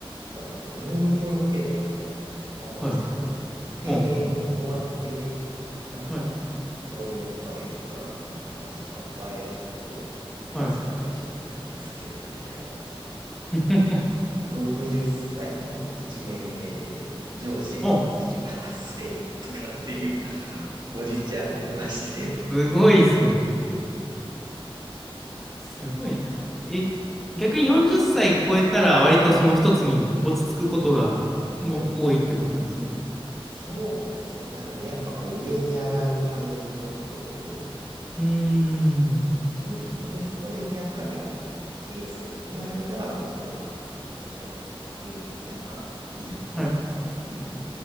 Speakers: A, on the right; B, in the centre.
A: なんかあれ、どういう雇用形態かわかんないですけど、
B: はい。
A: 定年終わって、
B: ほんほん。
A: なんか、
B: はい。
A: ここにもう一回働きに来ました。前、ちょっと別の会社でいたんですけど、
B: <laughs> はい。
A: みたいな。
B: <laughs>
A: 60歳の1年目で、上司が28歳とかっていう
B: お <laughs>
A: おじいちゃんいましたよ。
B: すごいっすね。すごいな。え、逆に40歳超えたら割とその一つに落ち着くことがもう多いってことなんですね。
A: そうですね。なので、やっぱこう上に上がるためにちょっとこ
B: うーん。
A: う準備を。で、そこでやっぱりあの、軽装に上がれたらもうそこからまあ15年とか20年ぐらいはいるとかっていう、
B: はい。